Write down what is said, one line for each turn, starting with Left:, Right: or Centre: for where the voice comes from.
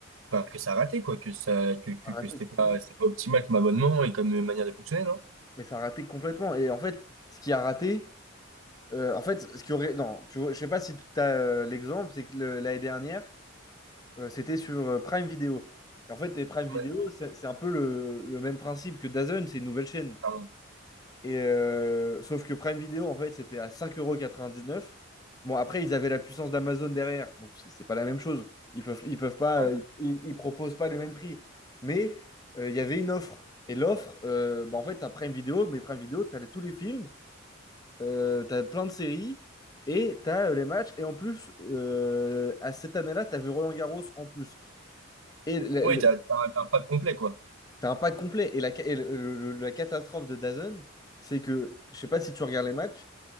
Right: enfin, que ça a raté, quoi, que ça, que, que,
Left: Ça a
Right: que
Left: raté
Right: c'était
Left: complètement.
Right: pas, c'était pas optimal comme abonnement et comme euh, manière de fonctionner, non?
Left: Mais ça a raté complètement. Et en fait, ce qui a raté, euh, en fait, ce qui aurait. Non, tu vois, je sais pas si tu as l'exemple, c'est que le- l'année dernière, Euh, C'était sur euh, Prime Video. Et en fait, et Prime Video,
Right: Ouais,
Left: c'est c'est un peu le, le même principe que DAZN, c'est une nouvelle chaîne.
Right: t'as un-
Left: Et euh, sauf que Prime Video, en fait, c'était à 5,99€. Bon, après, ils avaient la puissance d'Amazon derrière, donc c'est c'est pas la même chose. Ils peuvent, ils peuvent pas,
Right: ouais.
Left: euh, ils, ils proposent pas les mêmes prix. Mais euh, il y avait une offre. Et l'offre, euh, bah, en fait, tu as Prime Video, mais Prime Video, tu as tous les films, tu as plein de séries et tu as les matchs. Et en plus, euh, à cette année-là, tu avais Roland Garros en plus. Et le-
Right: Ouais,
Left: le-
Right: t'as, t'as un t'as un pack complet, quoi.
Left: T'as un pack complet. Et la, ca- et le- le- le- la catastrophe de DAZN, c'est que, je sais pas si tu regardes les matchs,